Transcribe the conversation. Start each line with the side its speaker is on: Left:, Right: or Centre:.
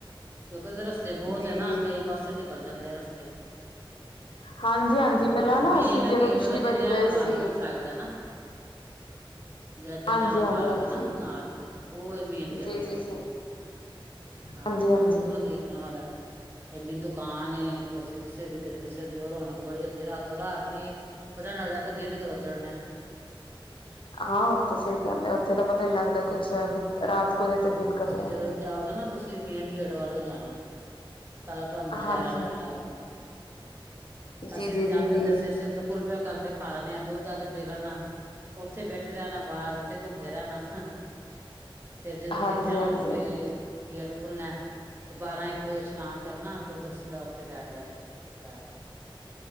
Right: ਕਿਉਂਕਿ ਉਹਦੇ ਰਸਤੇ ਬਹੁਤ
Left: ਜੀ
Right: ਏ ਨਾ,
Left: ਜੀ
Right: ਕਈ ਪਾਸੇ ਨਿਕਲ ਜਾਂਦੇ ਆ ਰਸਤੇ।
Left: ਹਾਂਜੀ ਹਾਂਜੀ
Right: ਤੇ
Left: ਪਹਿਲਾਂ ਨਾ
Right: ਮੇਨ
Left: ਅਸੀਂ ਜਦੋਂ
Right: ਗੇਟ
Left: ਪਿਛਲੀ
Right: ਉਹਦਾ
Left: ਵਾਰੀ
Right: ਜਲਿਆਂਲੇ
Left: ਗਏ ਸੀ
Right: ਬਾਗ ਵਾਲੀ ਸਾਈਡ ਦੇ ਨਾਂ। ਜਿਹੇ ਜਲਿਆਂਲਾ
Left: ਹਾਂਜੀ ਹਾਂਜੀ
Right: ਬਾਗ
Left: ਹਾਂਜੀ
Right: ਏ ਨਾ ਨਾਲ ਈ, ਉਹ ਮੇਨ ਗੇਟ
Left: ਜੀ
Right: ਉਧਰੋਂ,
Left: ਜੀ ਜੀ
Right: ਹਾਂ,
Left: ਹਾਂਜੀ ਹਾਂਜੀ
Right: ਉਧਰੋਂ ਦੇਖਨ ਵਾਲਾ ਇੰਨੀ ਦੁਕਾਨ ਏ ਕੁਛ ਕਿਸੇ ਦੀ ਕਦੇ ਕਿਸੇ ਦੀ ਉਹ ਰੌਨਕ ਬੜੀ ਹੁੰਦੀ ਏ, ਰਾਤੋਂ ਰਾਤੀ ਪਤਾ ਈ ਨੀ ਲੱਗਦਾ, ਇੱਥੇ ਦਿਨ ਕਦੋਂ ਚੜ੍ਹਨੇ।
Left: ਹਾਂ, ਉੱਹ ਤੇ ਸਹੀ ਗੱਲ ਹੈ, ਉੱਥੇ ਤਾਂ ਪਤਾ ਈ ਨੀ ਲੱਗਦਾ ਕੁ ਅੱਛਾ <unintelligible> ਰਾਤ ਕਦੋਂ ਤੇ ਦਿਨ ਕਦੋਂ
Right: ਤੁਸੀਂ ਜਦੋਂ
Left: ਹੈ
Right: ਵੀ ਜਾਉਗੇ ਨਾ, ਤੁਸੀਂ ਮੇਨ ਗੇਟ ਵੱਲੋਂ ਜਾਨਾ। ਸਾਰਾ ਤੁਹਾਨੂੰ ਨਜ਼ਾਰਾ
Left: ਹਾਂਜੀ
Right: ਨਜ਼ਰ ਆਏਗਾ।
Left: ਜੀ
Right: ਅਸੀਂ
Left: ਜੀ
Right: ਤੇ ਜਾਂਦੇ
Left: ਜੀ ਜੀ
Right: ਹੁੰਦੇ ਸੀ, ਅਸੀਂ ਉੱਥੋਂ ਕੁਲਫੀਆ ਕਾਲਫੀਆ ਖਾ ਲੈਨੇ ਆ ਦੁੱਧ ਦਧ ਪੀ ਲੈਨਾ, ਉੱਥੇ ਬੈਠੇ ਰਹਿਨਾ ਬਾਰ ਉੱਥੇ ਘੁੰਮਦੇ ਰਹਿਨਾ ਫਿਰ ਜਦੋਂ
Left: ਹਾਂਜੀ
Right: ਦੇਖ ਕਹਿਨਾ
Left: ਹਾਂਜੀ
Right: ਹੋਨਾ ਬਈ ਗੇਟ ਖੁੱਲਨੇ ਬਾਰਾਂ ਇੱਕ ਵਜੇ ਇਸ਼ਨਾਨ ਕਰਨਾ, ਤੇ ਉੱਧਰ ਸਿੱਧਾ ਉੱਥੇ ਬੈਠ ਜਾਨਾ, ਜਾ ਕੇ।